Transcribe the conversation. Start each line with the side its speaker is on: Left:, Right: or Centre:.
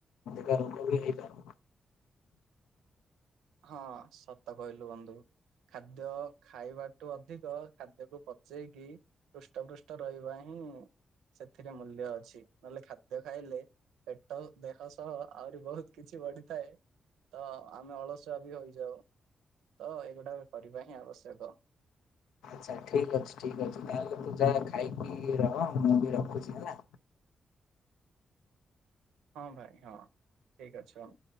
Left: ଅଧିକା ରୋଗ ବି ହେଇପାରେ।
Right: ହଁ ସତ କହିଲୁ ବନ୍ଧୁ। ଖାଦ୍ୟ ଖାଇବାଠୁ ଅଧିକ ଖାଦ୍ୟକୁ ପଚେଇକି ହୃଷ୍ଟପୃଷ୍ଟ ରହିବା ହିଁ ସେଥିରେ ମୂଲ୍ୟ ଅଛି ନହେଲେ ଖାଦ୍ୟ ଖାଇଲେ ପେଟ ଦେହ ସହ ଆହୁରି ବହୁତ କିଛି ବଢିଥାଏ, ତ ଆମେ ଅଳସୁ ଟ ହୋଇଯାଉ ତ ଏଇଗୁଡା କରିବା ହିଁ ଆବଶ୍ୟକ।
Left: ଆଛା ଠିକ୍ ଅଛି ଠିକ୍ ଅଛି ତାହେଲେ ତୁ ଯା ଖାଇକି ରହ ମୁଁ ବି ରଖୁଛି ହେଲା।
Right: ହଁ ଭାଇ ହଁ ଠିକ୍ ଅଛି ହଉ।